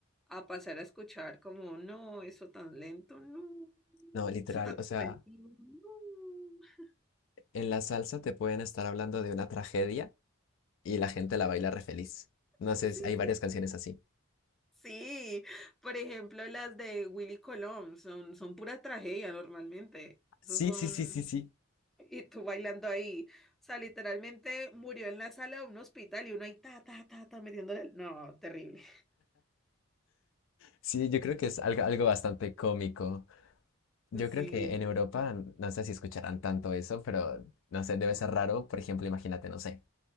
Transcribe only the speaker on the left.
No, literal,
o sea,
en la salsa te pueden estar hablando de una tragedia y la gente la baila re feliz.
No sé,
hay varias
canciones así.
Sí,
sí, sí, sí, sí.
Sí, yo creo que es algo, algo bastante cómico. Yo creo
que en Europa, no sé si escucharán tanto eso, pero no sé, debe ser raro. Por ejemplo, imagínate, no sé,